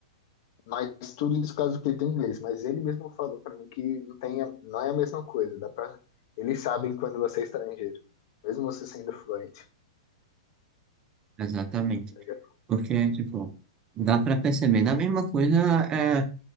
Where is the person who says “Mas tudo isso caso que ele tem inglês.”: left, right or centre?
Left